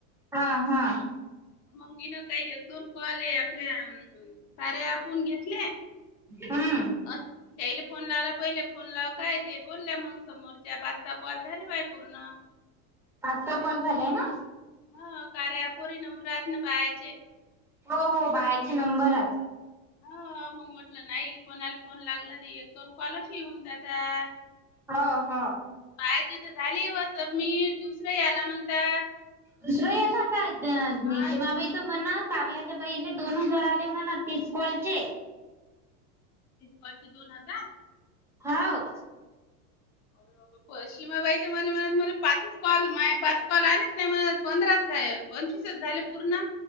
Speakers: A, in the centre; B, on the left (about 35°).
A: हा हा.
B: मग मी न काही एक दोन कॉल हे आपल्या अम्म कार्या ऍपून घेतले.
A: ह.
B: अन त्याला फोन लावला पहिले. फोन लाव काय? ते बोलल्या मग समोरच्या. पाचसहा कॉल झाले माहे पूर्ण.
A: पाच सहा कॉल झालेय ना?
B: हा कार्या अँपवरही नंबर आहेत ना बायांचे.
A: हो हो बाहाचे नंबरच.
B: ह मग म्हटलं नाही कोणाला फोन लागला त, एक दोन कॉलस येऊन जातात.
A: ह ह.
B: बाहाचे तर झाले ओ सबमिट. दुसरं याला म्हणतात.
A: दुसरं याला काय?
B: हा
A: नि शिमाबाई त म्हन कारल्याच्या बाहिले दोन हजार आले म्हण तीस कॉलचे.
B: तीस कॉलचे दोन हजार?
A: हाव.
B: <unintelligible> सीमाबाई त मला म्हण. मला पाच कॉल माहे पाच कॉल आलेच नाही म्हण. पंधराच झाले. पंचवीसच झाले पूर्ण.